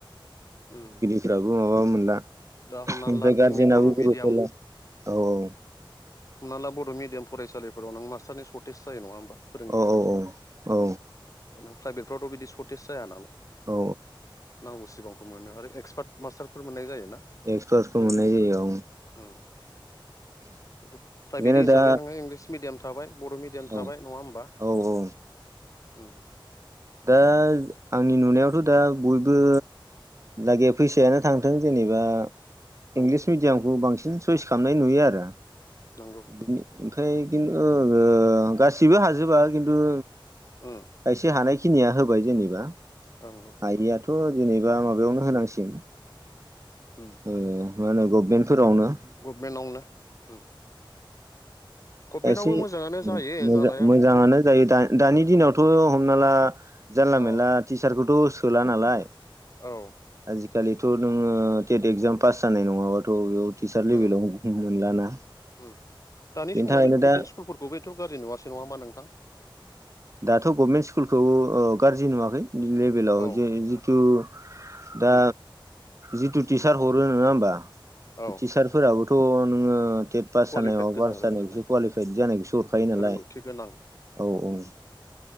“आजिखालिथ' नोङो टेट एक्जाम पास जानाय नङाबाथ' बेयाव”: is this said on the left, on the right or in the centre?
Right